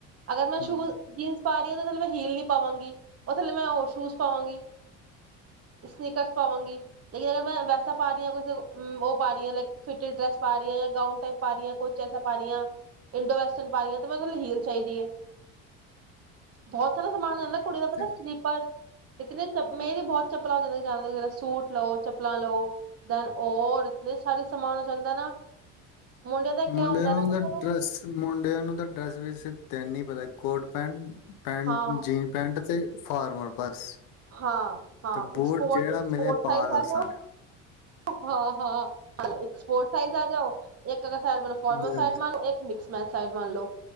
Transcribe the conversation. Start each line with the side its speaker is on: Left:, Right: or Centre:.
Right: ਅਗਰ ਮੈਂ ਸ਼ੂ
Left: ਹਮ
Right: ਜੀਨਸ ਪਾ ਨੀ ਉਹਦੇ ਥੱਲੇ ਮੈਂ ਹੀਲ ਨੀ ਪਾਵਾਂਗੀ, ਉਹ ਥੱਲੇ ਮੈਂ ਉਹ ਸ਼ੂਜ ਪਾਵਾਂਗੀ। ਸਨੀਕਰਸ ਪਾਵਾਂਗੀ ਲੇਕਿਨ ਅਗਰ ਮੈਂ ਵੈਸਾ ਪਾ ਰਹੀ ਹ ਉਹ ਪਾ ਰਹੀ ਹ ਲ ਫਿਟ ਡੈਸ ਪਾ ਰਹੀ ਜਾਂ ਗਾਊਨ ਟਪ ਪਾ ਰਹੀ ਹ ਕੁਸਾ ਪਾ ਰਹੀ ਆ। ਇੰਡੋ ਵੈਸਟਰਨ ਪਾ ਲਿਆ, ਤੇ ਮੈ ਉਹਦੇ ਨਾਂ ਲਹੀਲ ਚਾਹੀਦੀ ਐ। ਬਹੁਤ ਸਾਰਾ ਸਮਾਨ ਆਦਾ
Left: ਹਾਂ
Right: ਕੁੜੀ
Left: ਉਹ
Right: ਦਾ ਪਤਾ,
Left: ਤੇ
Right: ਸਲੀਪਰ ਇਤੇ ਮੇਰੀ ਬਹੁਤ ਚੱਪਲਾਂ ਹੋ ਜਾਂਦੀਆਂ, ਸੂਟ ਲਓ ਚੱਪਲਾਂ ਲਓ ਦੈਨ ਔਰ, ਇਤੇ ਸਾਰੇ ਸਮਾਨ ਹੋ ਜਾਂਦਾ ਨਾ। ਮੁੰਡੇ ਦਾ ਕਿਆ
Left: ਮੁੰਡੇਆ
Right: ਹੁੰਦਾ ਨਾ
Left: ਨੂੰ
Right: ਕਿ
Left: ਤੇ
Right: ਚਲੋ
Left: ਡਰੈਸ ਮੁੰਡਿਆਂ ਨੂੰ ਤਾਂ ਡਰੈਸ ਵੀ ਤਿੰਨ ਪਤਾ, ਕੋਟ ਪੈਟ ਪੈਂਟ
Right: ਹਾਂ
Left: ਜੀਨ ਪੈਂਟ ਤੇ ਫਾਰਮਰ ਬਸ
Right: ਹਾਂ ਹਾਂਪੋਟਪੋਰਟਜ਼
Left: ਤੇ ਬੂਟ ਜਿਹੜਾ ਮਿਲੇ ਪਾ ਲਓ
Right: ਆ
Left: ਸਾਰਿਆਂ
Right: ਜਾਓ ਹਾਂ ਹਾਂਪੋਰਟਾਈਜ਼ ਆ ਜਾਓ ਡ ਫੋਰਮਲ
Left: ਨੂੰ
Right: ਸਡ ਮ ਸਮੈ ਸਾਈਡ ਮੰਨ ਲਓ